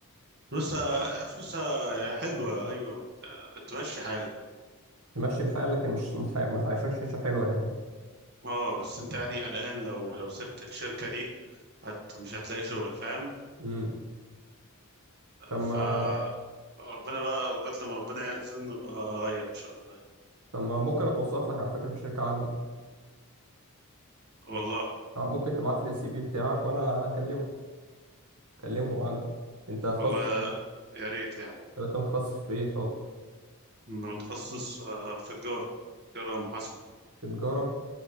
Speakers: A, on the right; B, on the right.
A: فلوسها فلوسها حلوه ايوه آه تمشي حالك
B: تمشي الحال لكن مش ما تح- ما تعيشكش عيشة حلوة يعني
A: اه بس انت يعني قلقان لو لو سبت الشركة دي هت مش هتلاقي شغل فاهم
B: امم طب ما
A: ف ربنا بقى لغاية لما ربنا يأذن نبقى أغير إن شاء الله
B: طب ما ممكن اتوسط لك على فكرة في الشركة عندي
A: والله
B: اه ممكن تبعت لي السي في بتاعك وانا اكلمه اكلمهم عندي انت هتخصص
A: والله يا ريت يعني
B: طب انت متخصص في ايه طب
A: أنا متخصص آه، في تجارة تجارة محاسبة
B: في تجارة